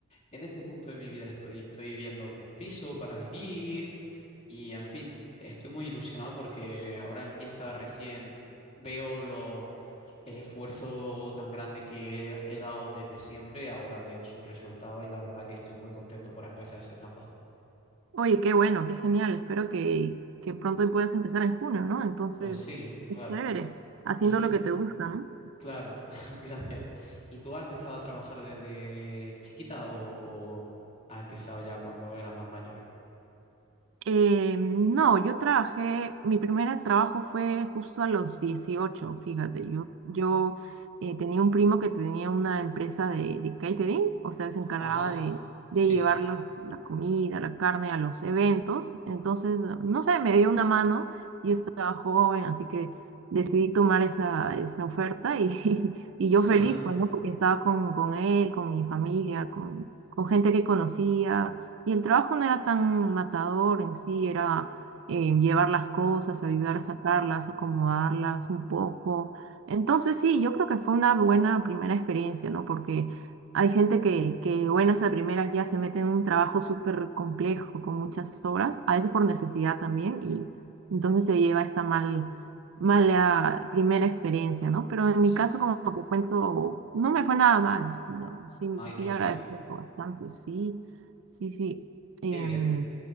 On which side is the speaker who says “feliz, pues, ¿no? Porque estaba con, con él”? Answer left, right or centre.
Right